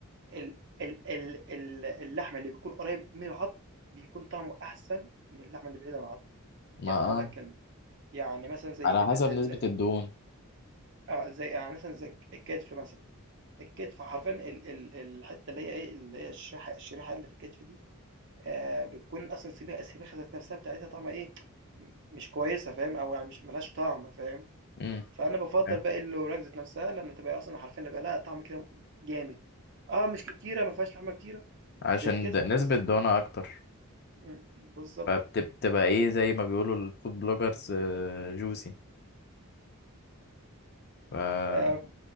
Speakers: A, on the right; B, on the left.
A: ال ال ال ال اللحم اللي بيكون قريب من العضم بيكون طعمه أحسن من اللحمة اللي بعيدة عن العضم،
B: ما
A: يعني هاقول
B: اه
A: لك كلمة، يعني مثلًا زي
B: على حسب
A: زي
B: نسبة
A: ال
B: الدهون
A: آه، زي يعني مثلًا زي الكتف مثلًا، الكتف حرفيًا ال ال الحتة اللي هي إيه، اللي هي الشريحة الشريحة اللي في الكتف دي آآ، بتكون أصلًا السبيخ السبيخة ذات نفسها بتاعتها طعمها إيه، م- مش كويسة فاهم، أو يعني مش ما لهاش طعم فاهم،
B: امم
A: فأنا بافضّل
B: أوكي.
A: بقى الوراك ذات نفسها لمّا تبقى أصلًا حرفيًا يبقى لها طعم كده جامد، آه، مش كتيرة ما فيهاش لحمة كتيرة
B: عشان
A: زي الكتف
B: د-
A: بس
B: نسبة دهونها أكتر
A: إمم، بالضبط.
B: فبتبقى إيه زي ما بيقولوا الفود بلوجرز جوسي فبفضل
A: آآ <laughs>